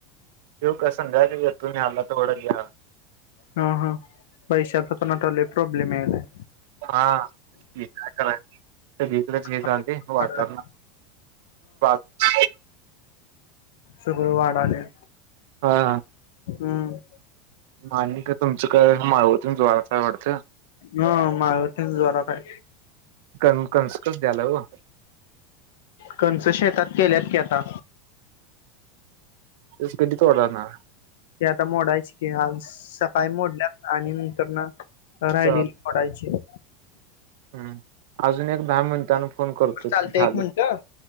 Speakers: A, on the right; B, on the left.
A: त्यो कस संद्याकाळी मेट्रो आला, तर एवढा
B: हम, हं, पैशाचा पण आता लय प्रॉब्लेम यायलाय
A: हा, हे काय करायचं, सगळीकडेच हे
B: हा
A: चालते वातावरण बात
B: सगळं वाड आलेत
A: हा
B: हम्म
A: मान का तुमचं काय मावळात इऊन तुम्हालाच काय वाटत
B: हा माळवती जोरात हाय
A: क कसकस <unintelligible> द्याला हो
B: कणसं शेतात केल्यात की आता
A: ऊस कधी तोडणार?
B: ते आता, मोडायचे की, आज सकाळी मोडल्यात आणि नंतर ना राहिलेली
A: चाल
B: पडायची
A: हम्म, अजून एक, दहा मिनिटांन फोन करतो, ते
B: चालतंय
A: झालं,
B: एक मिनिटं